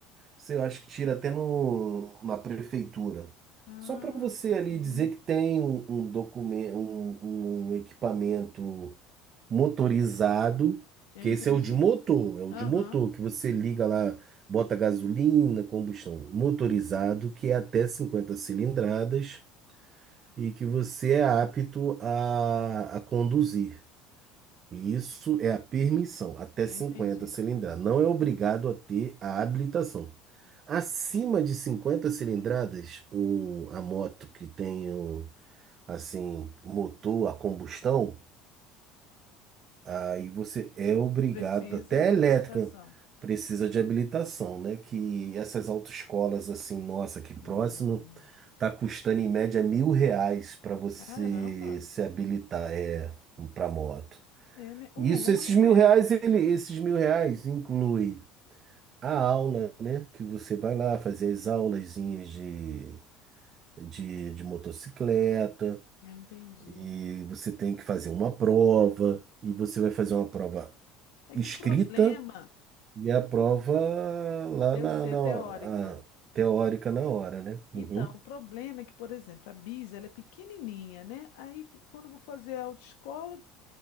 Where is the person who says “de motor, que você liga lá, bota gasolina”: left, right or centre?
Right